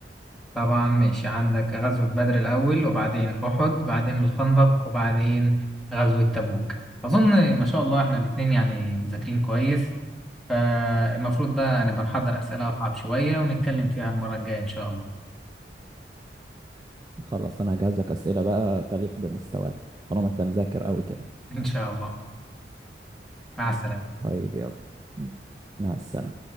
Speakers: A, in the centre; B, on the right.
A: طبعا ماشي عندك غزوة بدر الأول وبعدين أحد بعدين الخندق وبعدين غزوة تبوك أظن ما شاء الله إحنا الاتنين يعني مذاكرين كويس فالمفروض بقى نبقى نحضر أسئلة أصعب شوية ونتكلم فيها المرة الجاية إن شاء الله
B: خلاص انا هجهز لك اسئلة بقى تليق بمستواك طالما انت مذاكر قوي كده
A: <laughs> إن شاء الله مع السلامة
B: طيب يلا مع السلامة